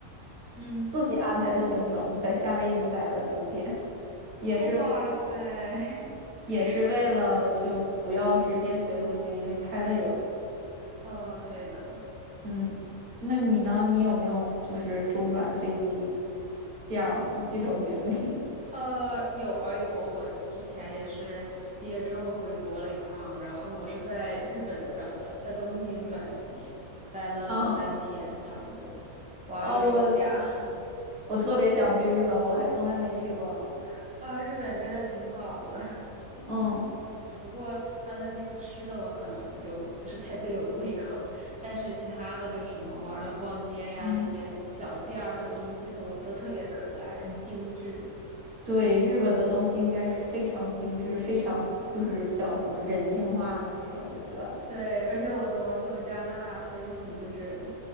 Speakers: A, in the centre; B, on the right (about 75°).
A: 嗯，
B: 自己安排的行程，在夏威夷待了四天，也是
A: 哇塞，<laughs>
B: 也是为了就不要直接飞回去，因为太累了。
A: 哦，对的。
B: 嗯，那你呢？你有没有就是中转飞机这样这种经历？
A: 呃，有啊有啊，我之前也是毕业之后回国了一趟，然后我是在日本转的，在东京转机，待了三天差不多，
B: <laughs> 啊，
A: 玩了一下，
B: 哦，我我特别想去日本，我还从来没去过呢。
A: <laughs> 啊，日本真的挺好的，
B: 嗯
A: 只不过它的那个吃的我可能就不是太对我胃口，但是其他的就是什么玩儿的、逛街呀那些小店儿、
B: 嗯，
A: 小东西都都特别可爱，很精致。
B: 对，日本的东西应该是非常精致，非常就是叫什么人性化的那种，对吧？
A: 对，而且我从就加拿大飞过去，就是